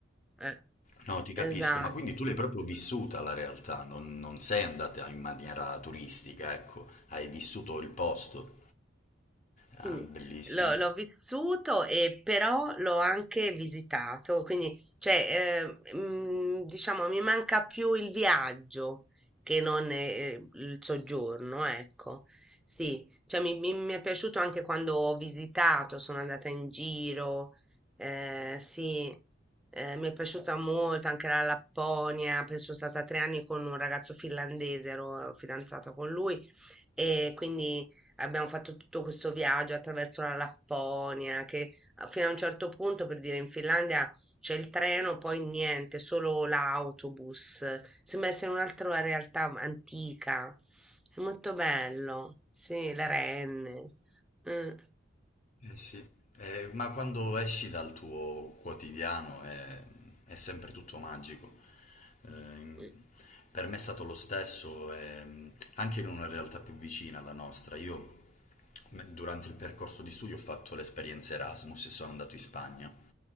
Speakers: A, in the centre; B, on the left.
A: eh,
B: No, ti capisco,
A: esatto.
B: ma quindi tu l'hai proprio vissuta la realtà, non, non sei andata in maniera turistica, ecco, hai vissuto il posto. Ah,
A: Sì,
B: bellissimo.
A: l'ho l'ho vissuto e però l'ho anche visitato, quindi cioè, eh, mm, diciamo mi manca più il viaggio che non eh, il soggiorno, ecco. Sì, cioè, mi, mi- mi è piaciuto anche quando ho visitato, sono andata in giro, eh, sì, eh, mi è piaciuta molto anche la Lapponia, poi sono stata tre anni con un ragazzo finlandese, ero fidanzata con lui e quindi Abbiamo fatto tutto questo viaggio attraverso la Lapponia, che a- fino a un certo punto, per dire, in Finlandia c'è il treno, poi niente, solo l'autobus. Sembra essere un'altra realtà antica. È molto bello. Sì, le renne. Mm.
B: Eh sì, Eh, ma quando esci dal tuo quotidiano è, è sempre tutto magico. Eh,
A: Mm.
B: per me è stato lo stesso, ehm, anche in una realtà più vicina alla nostra. Io me- durante il percorso di studio ho fatto l'esperienza Erasmus e sono andato in Spagna.